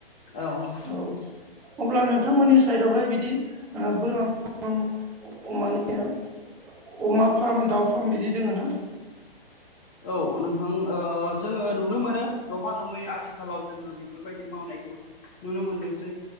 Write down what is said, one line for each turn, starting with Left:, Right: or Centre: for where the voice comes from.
Left: औ।
Centre: औ अब्ला नों नोथांमोननि साइदावहाय बिदि ओ बोरमा फार्म <unintelligible> मानिया अमा फार्म दाउ फार्म बिदि दोङो ना?
Left: औ नोंथां ओ जोङो नुनो मोनो नफा नङै आथिखालाव जोङो बेफोरबायदि मावनायखौ। नुनो मोनदोंसै